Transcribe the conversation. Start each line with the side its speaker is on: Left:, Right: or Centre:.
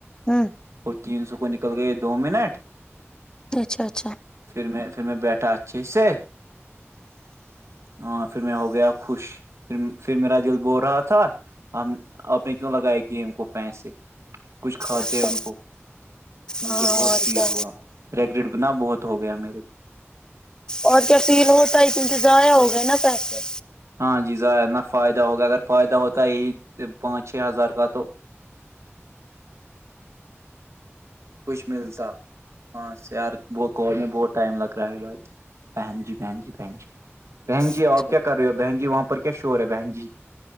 Left: ہوں
Right: اور تین سو کو نکل گئے دو منٹ
Left: اچھا اچھا اچھا
Right: پھر میں پھر میں بیٹھا اچھے سے ہاں پھر میں ہو گیا خوش پھر پھر میرا دلد بو رہا تھا ہم آپ نے کیوں لگاائے گیم کو پیسے کچھ کھاتے
Left: اچھا
Right: ہیں ان کو مجھے
Left: ہاں
Right: بہت
Left: اور
Right: فیل
Left: کیا
Right: ہوا ریگ رڈ بنا بہت ہو گیا میرے کو
Left: اور کیا فیل ہوتا ہے ان سے ضائع ہو گئے نا پیسے
Right: ہاں جی ظرا فائدہ ہوگا اگر فائدہ ہوتا ہے یہی پانچ چھ ہزار کا تو کچھ ملتا ہاں سے یار ب ک میں بہت ٹائم لگ رہا ہے بھائی بہن جی بہن جی بہن جی بہن جی
Left: اچھا
Right: آپ کیا کر رہے ہو بہن جی وہاں پر کیا شور ہے بہن جی